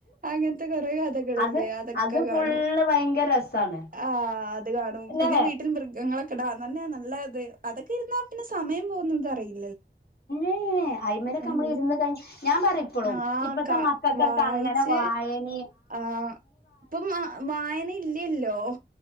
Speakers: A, on the right; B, on the left.
A: അങ്ങനത്തെ കൊറെ കഥകളില്ലേ
B: അത്
A: അതൊക്കെ
B: അത്
A: കാണും
B: ഫുള്ള് ഭയങ്കര രസാണ്
A: ആ ആ കാണും
B: ല്ലേ
A: പിന്നെ വീട്ടിൽ മൃഗങ്ങളൊക്കെ <unintelligible> ട അതന്നെ നല്ലത് അതക്കെ ഇരുന്നാ പിന്നെ സമയം പോകുന്നത് അറിയില്ല
B: ഏയ് അയി്മലൊക്കെ നമ്മള്
A: പോവും
B: ഇരുന്ന് കഴിഞ്ഞ ഞാൻ പറയപ്പോളും
A: ആഹ്
B: ഇപ്പത്തെ
A: ക
B: മക്കൾക്കൊക്കെ
A: വായിച്ച്
B: അങ്ങനെ വായന
A: ആഹ് ഇപ്പം വായന ഇല്ലല്ലോ?